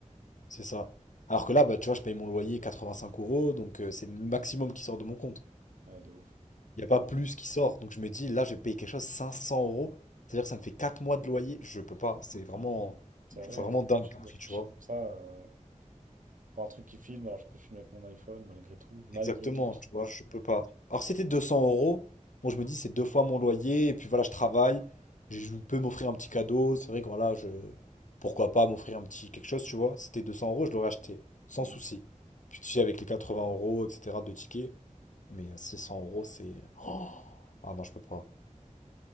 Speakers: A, on the left; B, on the right.
A: C'est ça. Alors que là, bah, tu vois, je paye mon loyer 85 euros, donc euh, c'est le maximum qui sort de mon compte.
B: Ouais, de ouf.
A: Il n'y a pas
B: Ouais,
A: plus qui sort. Donc je me dis, là, je vais payer quelque chose 500 euros. C'est-à-dire que ça me fait 4 mois de loyer. Je peux pas. C'est vraiment.
B: c'est
A: Je
B: vrai,
A: trouve ça vraiment
B: ouais.
A: dingue
B: je
A: comme
B: réfléchis
A: prix, tu vois.
B: comme ça. euh, ouais. Pour un truc qui filme, alors je peux filmer avec mon iPhone, malgré tout. Malgré
A: Exactement,
B: tout. je
A: tu vois,
B: pense.
A: je peux pas. Alors si c'était 200 euros, bon, je me dis, c'est deux fois mon loyer. Et puis voilà, je travaille. Je je peux m'offrir un petit cadeau. C'est vrai que voilà, je. Pourquoi pas m'offrir un petit quelque chose, tu vois. Si C'était 200 euros, je l'aurais acheté. Sans
B: Mm.
A: souci. Puis tu sais, avec les 80 euros, etc., de tickets. Mais euh, 600 euros, c'est. Oh ah non, je peux pas.